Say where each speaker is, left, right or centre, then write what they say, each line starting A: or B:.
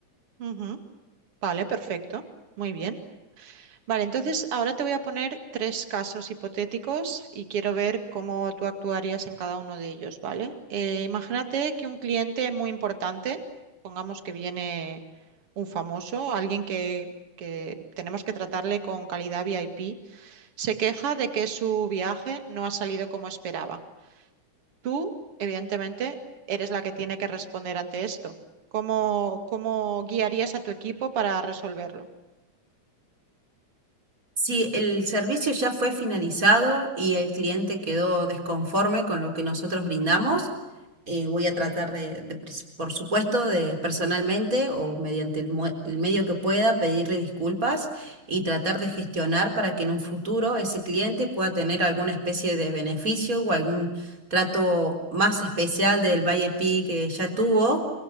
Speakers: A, on the right; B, on the right.
A: Ujú, Vale, perfecto. Muy bien. Vale, entonces ahora te voy a poner tres casos hipotéticos y quiero ver cómo tú actuarías en cada uno de ellos, ¿vale? Eh, imagínate que un cliente muy importante, pongamos que viene un famoso, alguien que, que tenemos que tratarle con calidad VIP, se queja de que su viaje no ha salido como esperaba. Tú, evidentemente, eres la que tiene que responder ante esto. ¿Cómo, cómo guiarías a tu equipo para resolverlo?
B: Sí, el servicio ya fue finalizado y el cliente quedó desconforme con lo que nosotros brindamos. Eh, voy a tratar de, de pres- por supuesto, de personalmente o mediante el, mue- el medio que pueda pedirle disculpas y tratar de gestionar para que en un futuro ese cliente pueda tener alguna especie de beneficio o algún trato más especial del V I P que ya tuvo,